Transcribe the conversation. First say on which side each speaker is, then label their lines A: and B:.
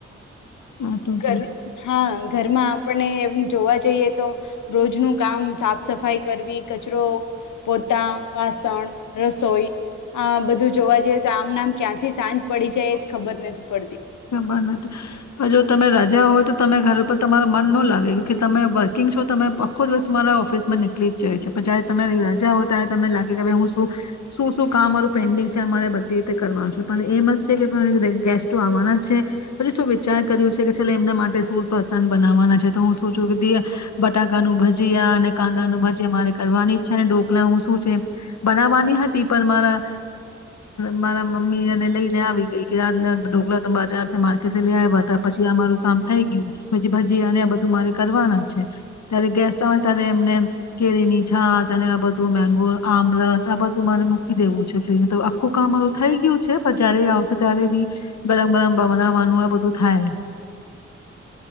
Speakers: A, on the left; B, on the left.
A: આ તો છે
B: <inaudible> હા ઘરમાં આપણને એમ જોવા જઈએ તો રોજનું કામ સાફ સફાઈ કરવી કચરો પોતા વાસણ રસોઈ આ બધું જોવા જઈએ તો આમનેમ ક્યાંથી સાંજ પડી જાય એ જ ખબર નથી
A: <inaudible>
B: પડતી
A: <unintelligible> જો તમે રાજા હોય તો તમે ઘરે પર તમારા મન ન લાગેું કે તમે વર્કિંગ છો તમે આખો દિવસ તમારા ઓફિસ માં નીકળ જાય છે, પણ જયારે તમે રજા હોય. <unintelligible> લાગે કે ભાઈ હું શું શું શું કામ <unintelligible> પેન્ડિંગ છે, <unintelligible> બધી રીતે કરવાનું છે, પણ એમ જ <inaudible> ગેસસ્ટ આવવાના પછી શું વિચાર કર્યું છે, કે <unintelligible> એમના માટે શું પ્રસન બનાવવાના છે, તો હું શું <unintelligible> બટાકા નું ભજીયા અને કાંદા ન ભજીયા મારે કરવાની છે, અને હું શું છે, બનાવવાની હતી પણ મારા મારા મમ્મીને લઈને આવી ગઈ કે ઢોકલા <unintelligible> માર્કેટ લઈ આવ્યા હતા પછી આમારું કામ થઈ ગયું પછી ભજી આ બધું મારે કરવાના જ છે, ત્યારે ગેસ્ટ ત એમને કેરી ની છાસ અને આ બધું મેગો આમરસ આ બધું મારે મૂકી દેવું છે, <unintelligible> તો આખું કામ મારું થઈ ગયું છે, પણ જયારે આવશે ત્યારે બી ગરમ ગરમ બનાવવાનું આ બધું થાય.